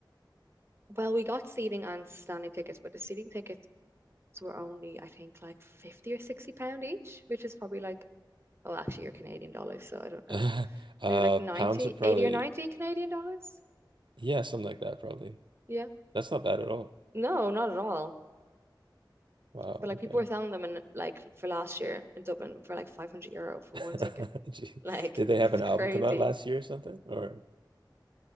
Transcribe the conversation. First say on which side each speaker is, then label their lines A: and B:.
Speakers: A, on the right; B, on the right.
A: well we got seating and standing tickets, but the seating tickets were only I think like 50 or 60 pound each, which is probably like oh actually you're Canadian dollars, so I don't
B: <laughs>
A: know.
B: Uh,
A: Maybe like 90,
B: pounds are probably
A: 80, or 90 Canadian dollars.
B: yeah, something like that probably.
A: Yeah.
B: That's not bad at all.
A: No, not at all.
B: Wow,
A: but like
B: okay.
A: people were selling them in like for last year in Dublin for like 500 euro for
B: <laughs>
A: one ticket. <laughs>
B: Gee.
A: Like
B: Did they
A: it's
B: have an
A: crazy.
B: album come out last year or something? Or